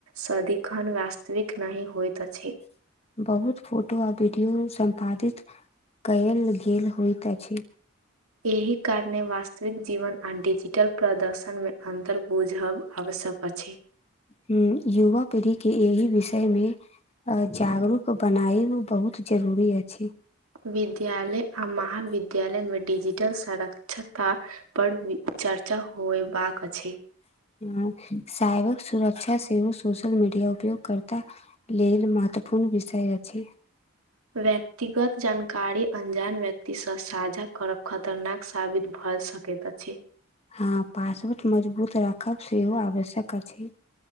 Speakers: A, on the right (about 80°); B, on the left (about 30°).
A: सदिखन वास्तविक नहि होइत अछि।
B: बहुत फोटो आ वीडियो सम्पादित कयल गेल होइत अछि।
A: एहि कारणे वास्तविक जीवन आ डिजिटल प्रदर्शन मे अन्तर बुझब आवश्यक अछि।
B: हुँ, युवा पीढ़ी के एहि विषय मे अ जागरूक बनाएब बहुत जरूरी अछि।
A: विद्यालय आ महाविद्यालयमे डिजिटल सरक्षता पर वीक चर्चा होयबाक अछि।
B: हुँ साइबर सुरक्षा सेहो सोशल मीडिया उपयोगकर्ता लेल महत्वपूर्ण विषय अछि।
A: व्यक्तिगत जानकारी अन्जान व्यक्तिसँ साझा करब खतरनाक साबित भऽ सकैै कैत अछि।
B: हँ पासवुट मजबूत राखब सेहो आवश्यक अछि।